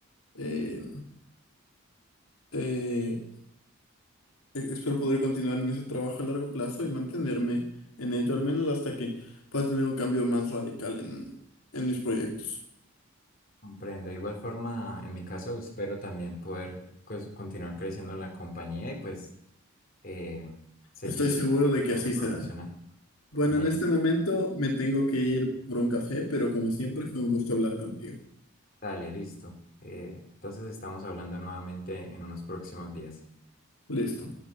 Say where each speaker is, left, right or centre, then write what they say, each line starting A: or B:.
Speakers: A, on the left; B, on the left.
A: eh, eh, E- Espero poder continuar en ese trabajo a largo plazo y mantenerme en ello, al menos hasta que pueda tener un cambio más radical en, en mis proyectos.
B: Comprendo. De igual forma, en mi caso, espero también poder pues, continuar creciendo en la compañía y pues eh, seguir,
A: Estoy seguro
B: seguir
A: de que
B: siendo
A: así
B: profesional
A: será. Bueno,
B: en ello.
A: en este momento me tengo que ir por un café, pero como siempre fue un gusto hablar contigo.
B: Dale, listo. Eh, entonces estamos hablando nuevamente en unos próximos días.
A: Listo.